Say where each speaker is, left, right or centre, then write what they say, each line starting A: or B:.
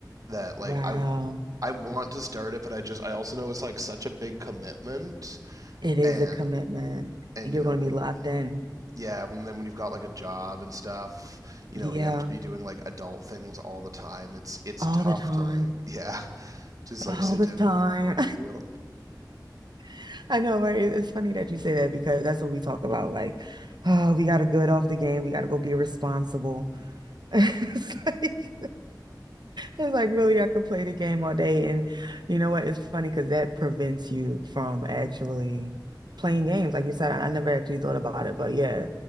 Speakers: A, on the right; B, on the right.
A: that like
B: Wow.
A: I I want to start it, but I just I also know it's like such a big commitment
B: It is
A: and
B: a commitment.
A: and
B: You're
A: you know
B: going to be locked in.
A: yeah, when then when you've got like a job and stuff, you
B: Yeah,
A: know, and you have to be doing like adult things all the time, it's it's
B: all
A: tough
B: the time.
A: to like <laughs> yeah, just like
B: All
A: sit
B: the
A: down
B: time.
A: and game for a real.
B: <laughs> I know, right? It- It's funny that you say that because that's what we talk about. Like, oh, we got to good off the game. We got to go be responsible. <laughs> It's like, It's like really, I could play the game all day. And you know what? It's funny because that prevents you from actually playing games. Like you said, I, I never actually thought about it, but yeah,